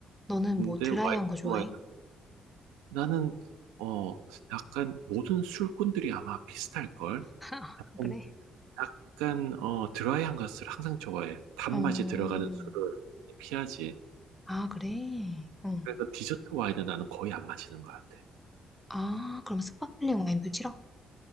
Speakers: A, in the centre; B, on the right.
A: 너는
B: 근데
A: 뭐 드라이한
B: 화이트
A: 거 좋아해?
B: 와인 나는 어 약간 모든 술꾼들이 아마 비슷할걸?
A: 아,
B: 약간
A: 그래?
B: 약간 어 드라이한 것을 항상 좋아해. 단맛이
A: 어,
B: 들어가는 술을 많이 피하지.
A: 아, 그래? 응.
B: 그래서 디저트 와인은 나는 거의 안 마시는 것 같아.
A: 아 그럼 스파클링 와인도 싫어?